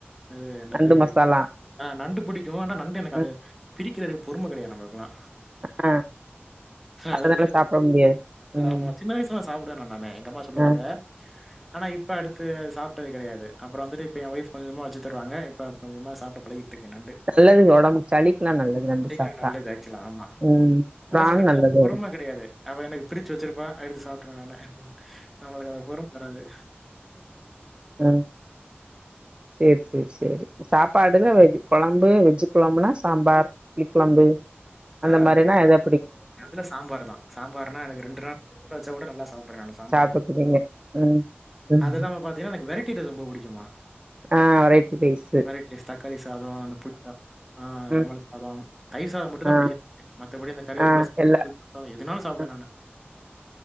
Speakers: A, in the centre; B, on the right.
A: அது என்னது
B: நண்டு மசாலா
A: ஆ நண்டு புடிக்கு ஆனா நண்டு எனக்கு
B: ம்,
A: அந்த பிரிக்கிறது பொறும கெடயாது நம்மளுக்குலா
B: ஆ அதனால
A: அது வந்து இருக்க
B: சாப்ட முடியாது ம்
A: ஆமா சின்ன வயசு சாப்டுவேன நானு எங்க அம்மா சொல்லுவாங்க
B: ஆ
A: ஆனா இப்ப அடுத்து அது சாப்ட்டது கெடையாது அப்புறோ வந்துட்டு இப்ப என் ஒஃப் கொஞ்ச கொஞ்சமா வச்சு தருவாங்க இப்ப கொஞ்ச கொஞ்சமா சாப்டு பழகிட்ருக்கே நண்டு
B: நல்லது ஒடம்புக்கு சளிக்கெல்லா நல்லது நண்டு
A: கத்துக்கிட்டா
B: சாப்ட்டா
A: நல்லது ஆக்சுவலா ஆமா
B: ம்
A: அதா
B: பிரான்
A: சொல்றேல
B: நல்லது
A: பொறும
B: ஒடம்புக்கு
A: கெடையாது அவ எனக்கு பிரிச்சி வச்சிருப்பா எடுத்து சாப்ட்ருவே நானு நம்மளுக்கு அந்த பொறும வராது
B: அ சேரி சேரி சேரி சாப்பாடுன்ன வெஜ் கொழம்பு வெஜ்ஜு கொழம்புனா சாம்பார் புளிக்கொழம்பு அந்த
A: ஆ
B: மாரினா எதோ
A: அதுல சாம்பாரு தா சாம்பாருனா எனக்கு ரெண்டு நாள் ப்ரிஜ்ல வச்சா கூட நல்லா சாப்டுடுவே அந்த சாம்
B: சாப்பிட்டுக்வீங்க ம் ம்
A: அது இல்லாம பாத்தீங்கனா எனக்கு வெரட்டி இது ரொம்ப பிடிக்கும்மா
B: ஆ ரைட்டு பேசு
A: வெரைட்டி தக்காளி ஸாதோ அந்த புளி ஸாதோ ஆ
B: ம்
A: லெமன் ஸாதோ தயிர் ஸாதோ மட்டு தா
B: ஆ
A: பிடிக்கா மத்தபடி இந்த கருவேப்புல
B: ஆ எல்லா
A: ஸாதோ <inaudible> எதுனாலு சாப்டுவே
B: ம்
A: நானு